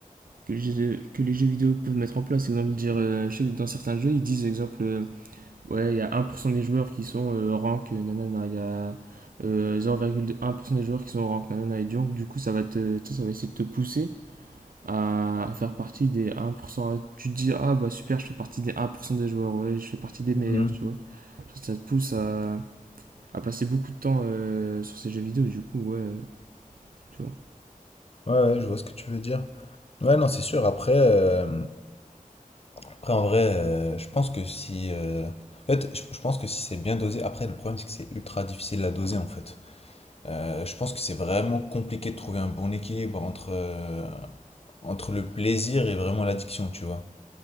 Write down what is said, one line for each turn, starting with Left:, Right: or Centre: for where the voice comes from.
Right: que les, jeux, que les jeux vidéo peuvent mettre en place. Exemple, dire, euh, je sais que dans certains jeux, ils disent, exemple, euh, ouais, il y a un pour cent des joueurs qui sont euh, rank, euh, nanana, il y a euh, zéro virgule un pour cent des joueurs qui sont rank, nanana, et donc, du coup, ça va te, tu sais, ça va essayer de te pousser à, à faire partie des 1%. Tu te dis, ah bah super, je fais partie des 1% des joueurs, ouais, je fais partie des meilleurs,
Left: Mhm.
Right: tu vois. Ça te pousse à, à passer beaucoup de temps euh, sur ces jeux vidéo, du coup, ouais, tu vois.
Left: Ouais, ouais, je vois ce que tu veux dire. Ouais, non, c'est sûr. Après, euh, Après, en vrai, euh, je pense que si. euh, En fait, je, je pense que si c'est bien dosé. Après, le problème, c'est que c'est ultra difficile à doser, en fait. Euh, je pense que c'est vraiment compliqué de trouver un bon équilibre entre, euh, entre le plaisir et vraiment l'addiction, tu vois.